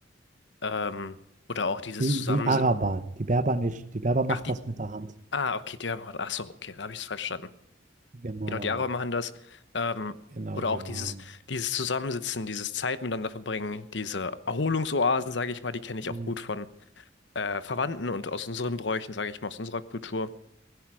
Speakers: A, on the left; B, on the right.
A: Ähm, oder auch dieses
B: Die,
A: Zusammen...
B: die Araber, die Berber nicht. Die Berber macht
A: Ach, die...
B: das mit der Hand.
A: Ah, okay, die machen... Ach so, okay, da habe ich es falsch verstanden.
B: Genau,
A: Genau, die Araber machen das. Ähm,
B: genau,
A: oder auch
B: genau.
A: dieses, dieses Zusammensitzen, dieses Zeit miteinander verbringen, diese Erholungsoasen, sage ich mal, die kenne ich
B: Mhm.
A: auch gut von äh, Verwandten und aus unseren Bräuchen, sage ich mal, aus unserer Kultur.